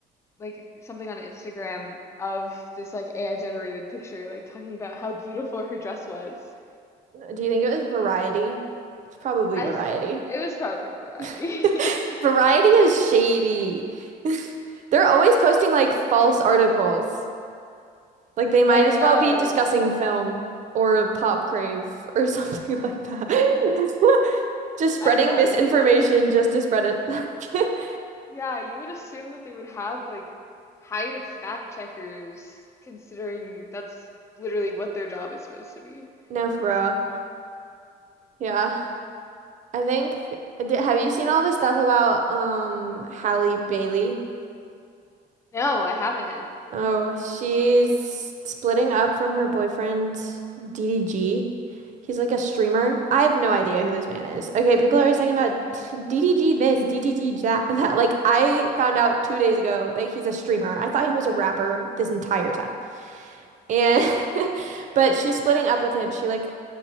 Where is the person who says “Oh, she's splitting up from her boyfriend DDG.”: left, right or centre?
Right